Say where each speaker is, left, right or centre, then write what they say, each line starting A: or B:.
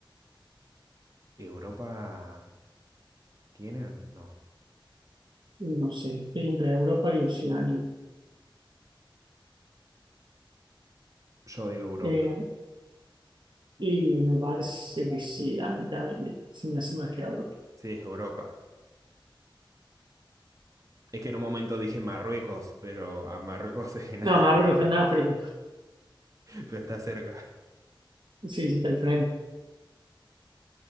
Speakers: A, on the right; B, on the right.
A: ¿Europa tiene? No.
B: no sé, entre Europa y Oceanía.
A: Yo digo Europa.
B: Eh, y me parece que sí, a mí también me- se me hace más que Europa.
A: Sí, es Europa. Es que en un momento dije Marruecos, pero ah, Marruecos <laughs> es en
B: No,
A: África,
B: Marruecos
A: ¿no?
B: está en África.
A: <laughs> Pero está cerca.
B: Sí, sí, está al frente.